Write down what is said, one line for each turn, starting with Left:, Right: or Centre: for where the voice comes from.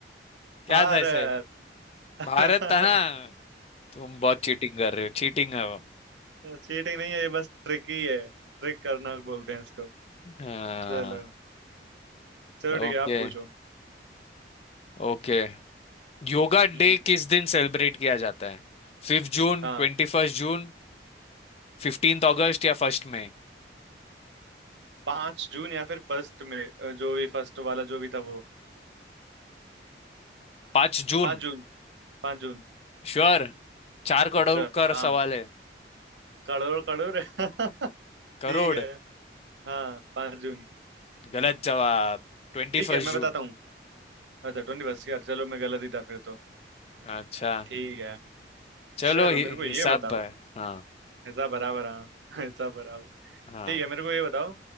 Left: क्या
Right: भारत
Left: था ऐसे
Right: <laughs>
Left: भारत था ना तुम बहुत चीटिंग कर रहे हो चीटिंग है वो
Right: चीटिंग नहीं है ये बस ट्रिक ही है ट्रिक करना बोलते हैं इसको
Left: हाँ
Right: चलो चलो ठीक
Left: Okay
Right: है आप पूछो
Left: okay योगा डे
Right: हम्म
Left: किस दिन सेलिब्रेट किया जाता है फिफ्थ जून
Right: हाँ
Left: ट्वेंटी फर्स्ट जून फिफ्टींथ अगस्त या फर्स्ट मई
Right: पांच जून या फिर फर्स्ट में अ, जो भी फर्स्ट वाला जो भी था वो
Left: पांच जून
Right: पांच जून पांच जून
Left: श्योर चार करोड़
Right: हाँ
Left: का सवाल है
Right: करोड़ करोड़ <laughs>
Left: करोड़
Right: ठीक है हाँ पांच जून
Left: गलत जवाब ट्वेंटी
Right: ठीक
Left: फर्स्ट
Right: है मैं
Left: जून
Right: बताता हूँ अच्छा ट्वेंटी फर्स्ट यार चलो मैं गलत ही था फिर तो
Left: अच्छा
Right: ठीक है
Left: चलो
Right: चलो
Left: हि
Right: मेरे को
Left: हिसाब
Right: ये बताओ
Left: है हाँ
Right: ऐसा बराबर हाँ <laughs> ऐसा बराबर
Left: हाँ
Right: ठीक है मेरे को ये बताओ